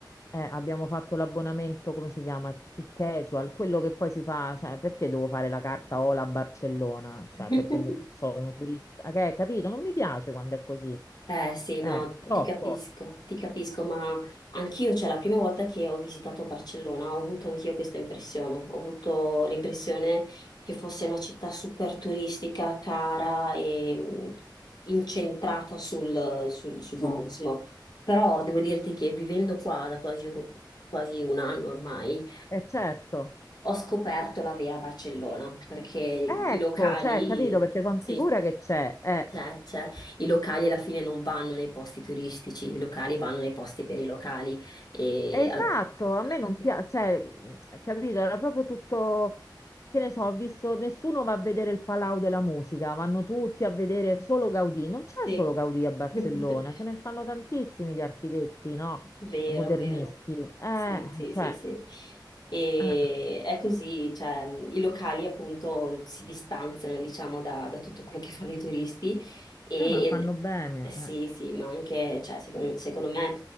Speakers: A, on the left (about 40°); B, on the left (about 60°).
A: eh, abbiamo fatto l'abbonamento, come si chiama? T-Casual, quello che poi si fa, cioè, perché devo fare la carta Ola a Barcellona? Cioè,
B: <laughs>
A: perché mi- sono turista. eh, Che, capito? Non mi piace quando è così.
B: Eh sì,
A: Eh,
B: no,
A: troppo.
B: ti capisco, ti capisco, ma anch'io, cioè la prima volta che ho visitato Barcellona, ho avuto anch'io questa impressione, ho avuto l'impressione che fosse una città super turistica, cara e mh, incentrata sul, sul- sul Mm. turismo. Però devo dirti che vivendo qua da quasi, or- quasi un anno ormai,
A: Eh, certo.
B: ho scoperto la vera Barcellona, perché i
A: Ecco,
B: locali,
A: cioè, capito, perché sono
B: sì.
A: sicura che c'è. Eh.
B: C'è, c'è. I locali alla fine non vanno nei posti turistici, i locali vanno nei posti per i locali. E...
A: Esatto,
B: al-
A: a
B: <laughs>
A: me non piace, cioè, mh, capito, era proprio tutto, che ne so, ho visto, nessuno va a vedere il Palau della Musica, vanno tutti a vedere solo Gaudì, non c'è
B: Sì.
A: solo Gaudì a Barcellona,
B: <laughs>
A: ce ne stanno tantissimi di architetti, no?
B: Vero,
A: E Modernisti,
B: vero.
A: eh,
B: Sì, sì,
A: cioè,
B: sì, sì. E
A: eh,
B: è così, cioè, mhmm, i locali appunto si distanziano, diciamo, da, da tutto quello che fanno i turisti e,
A: eh, ma fanno bene,
B: e- sì, sì, ma anche, cioè, secondo, secondo me